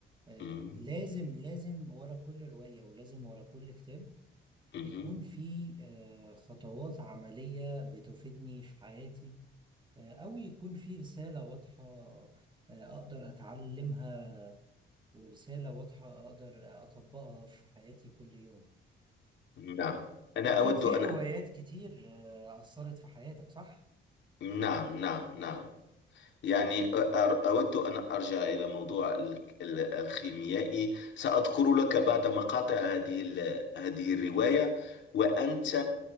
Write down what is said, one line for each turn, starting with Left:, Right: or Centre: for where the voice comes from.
Right: آه،
Left: مهم.
Right: لازم لازم ورا كل رواية ولازم ورا كل كتاب
Left: مهم.
Right: يكون في آه، خطوات عملية بتفيدني في حياتي آه، أو يكون في رسالة واضحة آه، أقدر أتعلمها ورسالة واضحة أقدر أطبقها في حياتي كل يوم
Left: نعم أنا
Right: فأكيد
Left: أود
Right: في
Left: أن
Right: روايات كتير آه، أثرت في حياتك صح؟
Left: نعم نعم نعم يعني أر- أود أن أرجع إلى موضوع ال- ال- الخيميائي سأذكر لك بعد مقاطع هذه ال- هذه الرواية وأنت